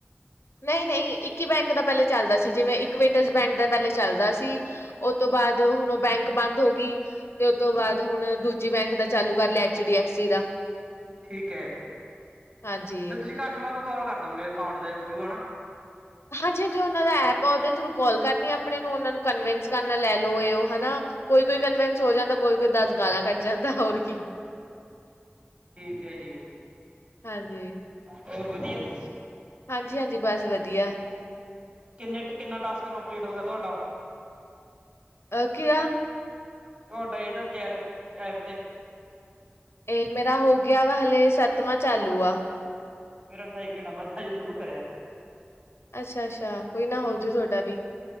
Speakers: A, on the left; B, on the right.
A: ਨਹੀਂ ਨਹੀਂ, ਇੱਕ ਹੀ ਬੈਂਕ ਦਾ ਪਹਿਲੇ ਚੱਲਦਾ ਸੀ, ਜਿਵੇਂ ਇਕ ਵੇਟਸ ਬੈਂਕ ਦਾ ਪਹਿਲੇ ਚੱਲਦਾ ਸੀ। ਉਹ ਤੋਂ ਬਾਅਦ, ਹੁਣ ਉਹ ਬੈਂਕ ਬੰਦ ਹੋ ਗਈ। ਤੇ ਉਹਤ ਤੋਂ ਬਾਅਦ, ਹੁਣ ਦੂਜੀ ਬੈਂਕ ਦਾ ਚਾਲੂ ਕਰ ਲਿਆ, ਐਚ ਡੀ ਐਫ ਸੀ ਦਾ।
B: ਠੀਕ ਹੈ,
A: ਹਾਂਜੀ।
B: ਫਿਰ ਤੁਸੀਂ ਕਟ ਵਧ ਕਾਲ ਕਰਦੋ ਓਗੇ, ਅਕਾਊਂਟ ਦੇ ਥਰੂ, ਹੈਨਾ।
A: ਹਾਂਜੀ-ਹਾਂਜੀ ਉਹਨਾਂ ਦਾ ਐਪ ਆ, ਉਹਦੇ ਥਰੂ ਕਾਲ ਕਰਨੀ ਆਪਣੇ ਨੂੰ, ਉਹਨਾਂ ਨੂੰ ਕਨਵਿੰਸ ਕਰਨਾ, ਲੈ ਲੋਓ ਇਹ ਉਹ, ਹਨਾ, ਕੋਈ ਕੋਈ ਕਨਵਿੰਸ ਹੋ ਜਾਂਦਾ, ਕੋਈ-ਕੋਈ ਦਸ ਗਾਲਾਂ ਕੱਢ ਜਾਂਦਾ, ਹੋਰ ਕੀ
B: ਠੀਕ ਹੈ ਜੀ,
A: ਹਾਂਜੀ।
B: ਹੋਰ ਵਧੀਆ?
A: ਹਾਂਜੀ ਹਾਂਜੀ, ਬਸ ਵਧੀਆ।
B: ਕਿੰਨੇ ਕਿੰਨਾ, ਟਾਸਕ ਕੰਪਲੀਟ ਹੋ ਗਿਆ ਤੁਹਾਡਾ?
A: ਅਹ, ਕਿਰਾ?
B: ਤੁਹਾਡਾ ਇਹਦਾ ਕਹਿ ਰੇ, ਐਪ ਤੇ
A: ਇਹ ਮੇਰਾ ਹੋ ਗਿਆ ਵਾ ਹਲੇ, ਸੱਤਵਾਂ ਚਾਲੂ ਆ
B: ਮੇਰਾ ਸੈਕਿਡ ਹੈ, ਮਸਾਂ ਅਜੇ ਸ਼ੁਰੂ ਕਰਿਆ
A: ਅੱਛਾ ਅੱਛਾ, ਕੋਈ ਨਾ ਹੋਜਊ ਤੁਹਾਡਾ ਵੀ